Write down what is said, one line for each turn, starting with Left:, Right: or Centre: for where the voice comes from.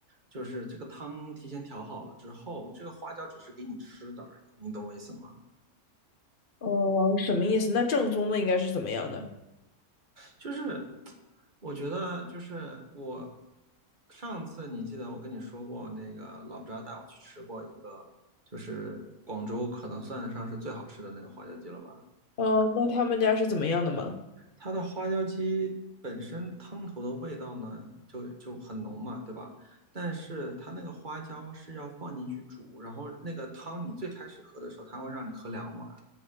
Right: 就是这个汤提前调好了之后，这个花椒只是给你吃的而已，你懂我意思吗？
Left: 呃，什么意思？那正宗的应该是怎么样的？
Right: 就是我觉得就是我上次你记得我跟你说过，那个老张带我去吃过一个，就是广州可能算得上是最好吃的那个花椒鸡了吧？
Left: 呃，那他们家是怎么样的吗？
Right: 它的花椒鸡本身汤头的味道呢，就就很浓嘛，对吧？但是它那个花椒是要放进去煮，然后那个汤你最开始喝的时候，它会让你喝两碗，